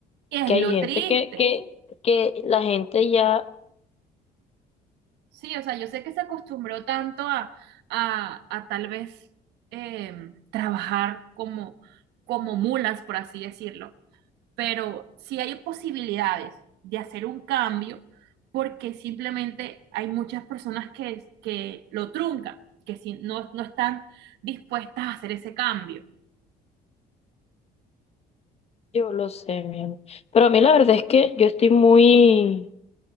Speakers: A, on the right; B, on the left.
A: Es
B: que
A: lo
B: hay gente
A: triste.
B: que, que, que la gente ya,
A: Sí, o sea, yo sé que se acostumbró tanto a, a, a tal vez eh, trabajar como, como mulas, por así decirlo, pero sí hay posibilidades de hacer un cambio porque simplemente hay muchas personas que, que lo truncan, que si no, no están dispuestas a hacer ese cambio.
B: yo lo sé, mi amor. Pero a mí la verdad es que yo estoy muy,